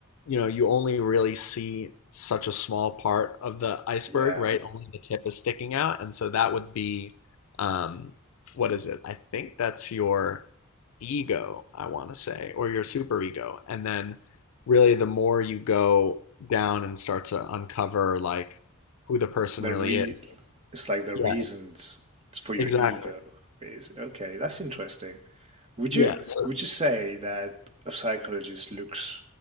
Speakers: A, on the left; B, on the right.
A: you know, you only really see such a small part of the iceberg,
B: Yeah.
A: right? Only the tip is sticking out. And so that would be, um, what is it? I think that's your ego, I want to say, or your superego. And then really the more you go down and start to uncover like who the person
B: The
A: really
B: re
A: is.
B: it's like the
A: Yeah,
B: reasons for your
A: exactly.
B: ego is okay, that's interesting. Would
A: Yeah.
B: you
A: So,
B: would you say that a psychologist looks